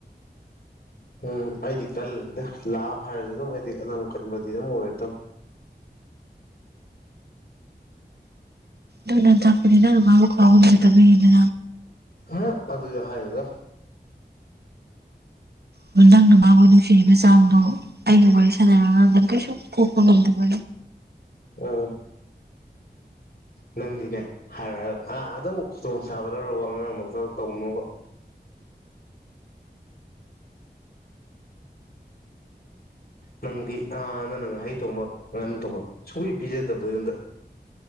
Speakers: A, on the left; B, on the right.
A: ꯎꯝ ꯑꯩꯗꯤ ꯀꯜꯂꯅꯤꯗ ꯂꯥꯝ ꯍꯥꯏꯔꯁꯨ ꯑꯗꯨꯝ ꯑꯩꯗꯤ ꯑꯅꯝ ꯀꯟꯕꯗꯤ ꯑꯗꯨꯝ ꯑꯣꯏꯔꯗꯕ <unintelligible>
B: ꯏꯣꯟꯅꯠꯇ ꯑꯅ ꯃꯥ ꯀꯕꯗ ꯇꯧꯅꯗ
A: ꯍꯥ ꯑꯗꯨ ꯑꯗꯨ ꯍꯥꯏꯗ
B: ꯑꯗꯨ ꯅꯪꯅ ꯃꯥꯕꯨ ꯅꯨꯡꯁꯤꯕ ꯆꯥꯡꯗꯣ ꯑꯩꯒꯤ ꯋꯥꯔꯤ ꯁꯅꯔ ꯉꯗ ꯀꯩꯁꯨ ꯀꯣꯄꯣꯂꯝꯗꯕ
A: ꯎꯝ ꯅꯪꯗꯤꯅꯦ ꯍꯥꯏꯔ ꯑꯥ ꯑꯗꯨꯝ ꯈꯨꯗꯣꯡ ꯆꯕꯗꯔꯣ ꯑꯉꯥꯡꯕꯛꯇ ꯇꯧꯅꯨꯕ ꯅꯪꯗꯤ ꯑꯅ ꯅꯪꯍꯩ ꯇꯣꯡꯃꯛ ꯉꯍꯥꯡ ꯇꯧꯕ ꯁꯨꯡꯛ ꯄꯤꯖꯛꯇꯕꯗꯣ ꯑꯩ ꯅꯣꯝꯗ